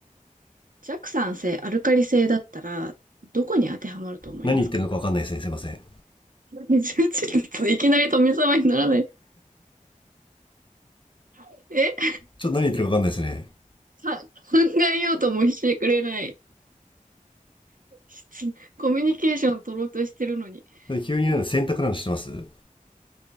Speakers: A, on the right; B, on the left.
A: 弱酸性、アルカリ性だったら、どこに当てはまると思いますか
B: 何言ってるのかわかんないですね。すいません。
A: <laughs> ちょっといきなり富澤にならない。え
B: ちょっと何言ってるかわかんないですね。
A: さ、考えようともしてくれない。<laughs> コミュニケーション取ろうとしてるのに。
B: 急になんか洗濯なのしてます
A: うん